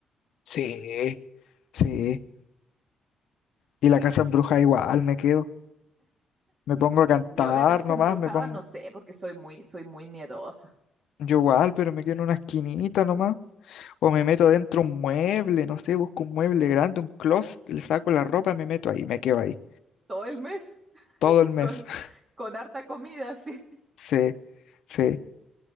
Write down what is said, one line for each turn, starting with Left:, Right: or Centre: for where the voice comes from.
Left: Sí, sí. Y la casa embrujada igual, me quedo. Me pongo a cantar
Right: Yo la casa
Left: nomás,
Right: embrujada
Left: me pongo
Right: no sé, porque soy muy, soy muy miedosa.
Left: Yo igual, pero me quedo en una esquinita nomás. O me meto dentro un mueble, no sé, busco un mueble grande, un closet, le saco la ropa, me meto ahí, me quedo ahí.
Right: Todo el mes
Left: Todo el mes.
Right: con,
Left: <laughs>
Right: con harta comida, <laughs> así.
Left: Sí, sí.